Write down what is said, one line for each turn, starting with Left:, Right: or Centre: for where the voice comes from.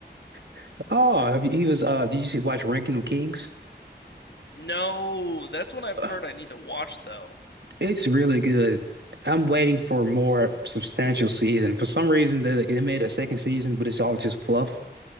Right: <laughs> oh, he was. Uh, did you see, watch Ranking of Kings?
Left: No, that's what I've
Right: Ugh,
Left: heard I need to watch though.
Right: It's really good. I'm waiting for more substantial season. For some reason, they they made a second season, but it's all just fluff.